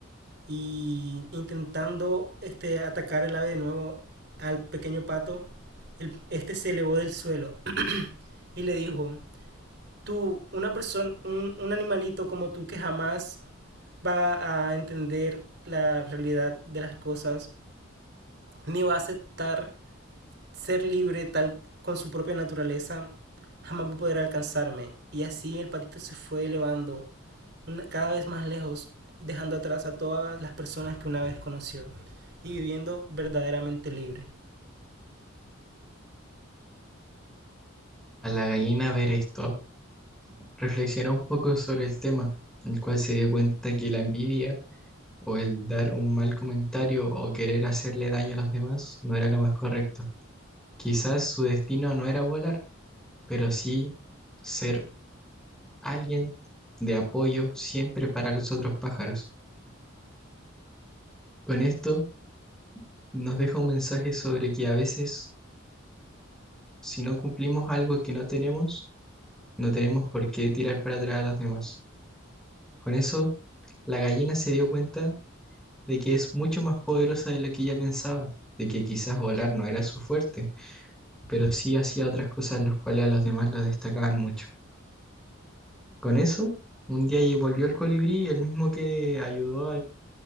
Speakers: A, on the right; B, in the centre.
A: y intentando este, atacar el ave de nuevo al pequeño pato, el- este se elevó del suelo y le dijo, tú, una persona, un, un animalito como tú que jamás va a entender la realidad de las cosas, ni va a aceptar ser libre tal con su propia naturaleza jamás va a poder alcanzarme. Y así el patito se fue elevando una- cada vez más lejos, dejando atrás a todas las personas que una vez conoció y viviendo verdaderamente libre.
B: Al la gallina ver esto, reflexionó un poco sobre el tema, el cual se dio cuenta que la envidia o el dar un mal comentario o querer hacerle daño a los demás no era lo más correcto. Quizás su destino no era volar, pero sí ser alguien de apoyo siempre para los otros pájaros. Con esto nos deja un mensaje sobre que a veces, si no cumplimos algo que no tenemos, no tenemos por qué tirar para atrás a los demás. Con eso, la gallina se dio cuenta de que es mucho más poderosa de lo que ella pensaba, de que quizás volar no era su fuerte, pero sí hacía otras cosas las cuales a los demás lo destacaban mucho. Con eso, un día lle- volvió el colibrí, el mismo que ayudó al,